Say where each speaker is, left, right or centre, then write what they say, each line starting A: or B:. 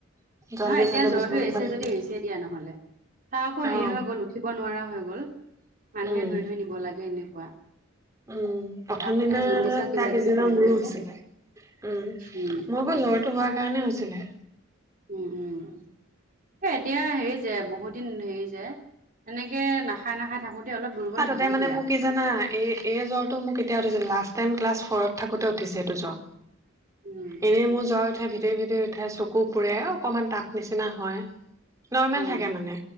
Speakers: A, on the right; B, on the right.
A: জণ্ডিছ
B: নহয় এতিয়া
A: হলে
B: জ্বৰটো
A: বিচনাত
B: এৰিছে
A: পৰি
B: যদি
A: থাকিব
B: এৰিছে দিয়া নহলে। তাৰ আকৌ
A: অ
B: হেৰি হৈ গল উঠিব নোৱাৰা হৈ গল, মানুহে
A: উম
B: ধৰি ধৰি নিব লাগে এনেকুৱা।
A: উম প্ৰথম
B: তাৰপিছতহে
A: দিনাৰ
B: জণ্ডিচৰ কিবা
A: তাৰ পিছদিনা
B: কিবি কৰি
A: মোৰো
B: দিলে
A: হৈছিলে।
B: যে
A: উম মই
B: উম
A: আকৌ লৰটো হোৱাৰ কাৰণে হৈছিলে।
B: উম উম এ এতিয়া হেৰি যে বহুত দিন হেৰি যে। সেনেকে নাখায় নাখায়। থাকোতে অলপ। দুৰ্বল
A: হাততে
B: হ'বই
A: মানে
B: দিয়া
A: মোক কি। জানা এ এই জ্বৰ টো মোক এতিয়া উঠিছে লাষ্ট টাইম ক্লাছ ফ'ৰত থাকোতে উঠিছে এইটো জ্বৰ।
B: উম
A: এনেই মোৰ জ্বৰ উঠে ভিতৰি ভিতৰি উঠে চকু পুৰে অকমান তাপ নিচিনা হয়। নৰ্মেল
B: উম
A: থাকে মানে